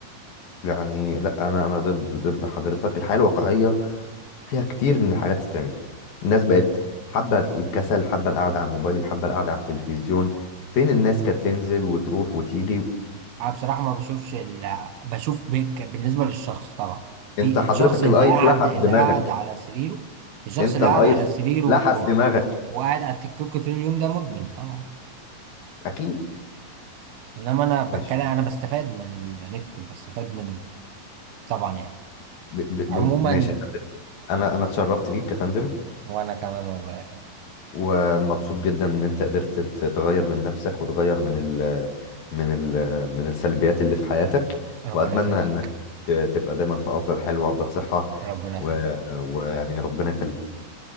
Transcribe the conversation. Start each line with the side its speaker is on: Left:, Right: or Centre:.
Left: يعني لا انا انا ضد ضد حضرتك الحياة الواقعية فيها كتير من الحاجات تتعمل الناس بقت حابة الكسل حابة القعدة على الموبايل حابة القعدة على التلفزيون فين الناس كانت تنزل وتروح وتيجي
Right: انا بصراحة ما بشوفش اللي بشوف بك بالنسبة للشخص طبعا في
Left: انت حضرتك
Right: الشخص اللي
Left: الايس
Right: قاعد
Left: لحس
Right: اللي
Left: دماغك
Right: قاعد على سريره الشخص
Left: انت
Right: اللي
Left: الايس
Right: قاعد على سريره
Left: لحس
Right: و...
Left: دماغك
Right: وقاعد على التيك توك طول اليوم ده مدمن طبعا
Left: اكيد
Right: انما انا بتكلم
Left: ماشي
Right: انا بستفاد من النت بستفاد من ال... طبعا يعني
Left: ب... ب...
Right: عموما
Left: ب... ماشي يا فندم انا انا اتشرفت بيك يا فندم
Right: وانا كمان والله يا فندم
Left: ومبسوط جدا ان انت قدرت ت- تغير من نفسك وتغير من ال من ال من السلبيات اللي في حياتك
Right: ربنا
Left: واتمنى
Right: يخليك
Left: انك ت- تبقى دايما في افضل حال وافضل صحة
Right: ربنا يخليك
Left: و- ويعني ربنا يخليك